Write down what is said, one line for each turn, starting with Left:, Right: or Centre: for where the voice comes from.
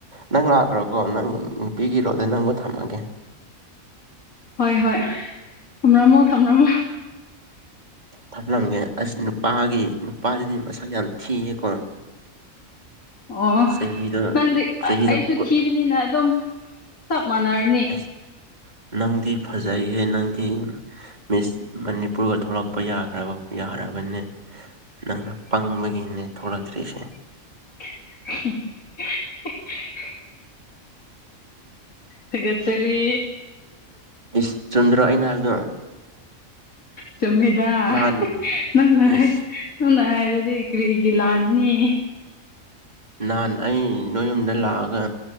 Right: ꯅꯪ ꯂꯥꯛꯈ꯭ꯔꯣꯀꯣ ꯅꯪ ꯅꯨꯄꯤꯒꯤꯔꯣꯗ ꯅꯪꯕꯨ ꯊꯝꯃꯒꯦ
Left: ꯍꯣꯏ ꯍꯣꯏ ꯊꯝꯔꯝꯃꯣ ꯊꯝꯔꯝꯃꯣ
Right: ꯊꯞꯂꯝꯒꯦ ꯑꯁ ꯅꯨꯄꯥꯒꯤ ꯅꯨꯄꯥꯗꯨꯗꯤ ꯃꯁꯛ ꯌꯥꯝ ꯊꯤꯌꯦꯀꯣ
Left: <inaudible> ꯑꯣ
Right: ꯆꯍꯤꯗꯣ
Left: ꯅꯪꯗꯤ
Right: ꯆꯍꯤꯗꯣ
Left: ꯑꯩꯁꯨ
Right: ꯀꯨ
Left: ꯊꯤꯕꯅꯤꯅ ꯑꯗꯨꯝ ꯆꯞ ꯃꯥꯟꯅꯔ
Right: ꯑꯁ ꯅꯪꯗꯤ ꯐꯖꯩꯍꯦ ꯅꯪꯗꯤ ꯃꯤꯁ ꯃꯅꯤꯄꯨꯔꯒ ꯊꯣꯔꯛꯄ ꯌꯥꯈ꯭ꯔꯕ ꯌꯥꯔꯕꯅꯦ ꯅꯪꯅ ꯄꯪꯕꯒꯤꯅꯦ ꯊꯣꯛꯔꯛꯇ꯭ꯔꯤꯁꯦ
Left: <unintelligible> ꯊꯒꯠꯆꯔꯤ
Right: ꯏꯁ ꯆꯝꯗ꯭ꯔꯣ ꯑꯩꯅ ꯍꯥꯏꯕꯗꯣ
Left: ꯆꯨꯝꯃꯤꯗ
Right: ꯅꯍꯥꯟ
Left: ꯅꯪꯅ
Right: ꯏꯁ
Left: ꯅꯪꯅ ꯍꯥꯏꯔꯗꯤ ꯀꯔꯤꯒꯤ ꯂꯥꯟꯅꯤ
Right: ꯅꯍꯥꯟ ꯑꯩ ꯅꯣꯏ ꯌꯨꯝꯗ ꯂꯥꯛꯑꯒ